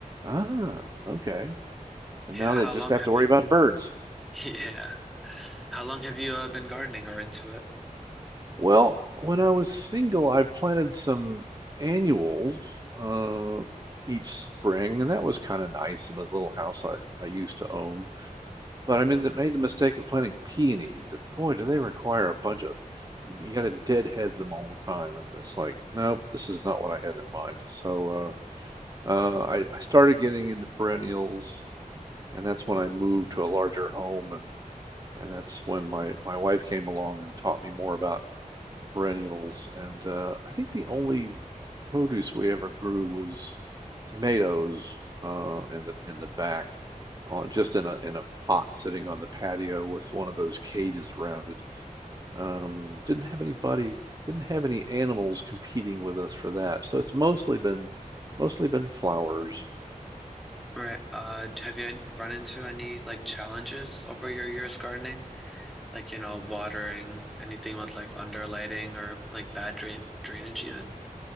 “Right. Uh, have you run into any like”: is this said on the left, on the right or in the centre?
Centre